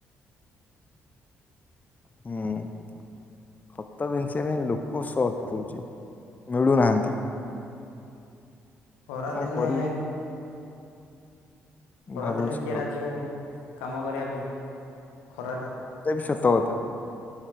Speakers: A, on the left; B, on the left.
A: ହୁଁ। ଖତ ବିନ୍ଷିବା ପାଇଁ ଲୋକ ସଟ ହେଉଛି ମିଳୁନାହାଁନ୍ତି।
B: ଖରାଦିନେ
A: କଣ କରିବି
B: ଖରା
A: ଭାବୁଛି
B: ଦିନେ କିଏ
A: ଆଉ
B: ରାଜି ହବ କାମ କରିବା ପାଇଁ ଖରା।
A: ସେ ବି ସତଥା।